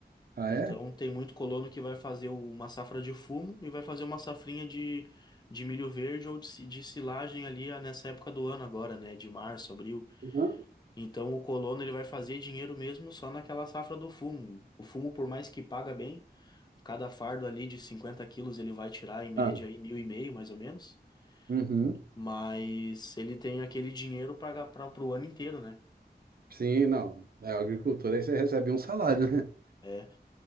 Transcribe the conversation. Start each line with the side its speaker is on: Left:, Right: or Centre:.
Right: Ah,
Left: Então
Right: é?
Left: tem muito colono que vai fazer uma safra de fumo e vai fazer uma safrinha de, de milho verde ou de, si- de silagem ali ah, nessa época do ano agora, né? De março, abril.
Right: Uhum.
Left: Então o colono ele vai fazer dinheiro mesmo só naquela safra do fumo. O fumo, por mais que paga bem, cada fardo ali de 50 quilos ele vai tirar em média
Right: Ah,
Left: aí mil e meio, mais ou menos.
Right: uhum.
Left: Mas ele tem aquele dinheiro para para o ano inteiro, né?
Right: Sim, não. É a agricultura, aí você recebe um salário, né?
Left: É,